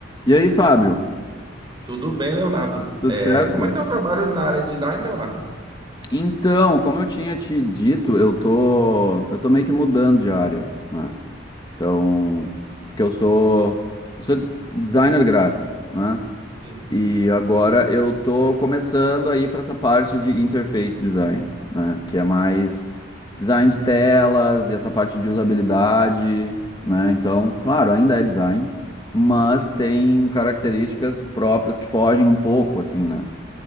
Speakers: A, on the left (about 25°); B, on the right (about 25°).
A: E aí, Fábio,
B: Tudo bem, Leonardo.
A: tudo
B: É,
A: É, certo?
B: como é que é o trabalho na área de design, Leonardo?
A: Então, como eu tinha te dito, eu tô, eu tô meio que mudando de área, né? Então, porque eu sou, eu sou designer gráfico, né?
B: Sim.
A: E agora eu tô começando aí para essa parte de interface design, né? Que é mais design de telas e essa parte de usabilidade, né? Então, claro, ainda é design, mas tem características próprias que fogem um pouco, assim, né?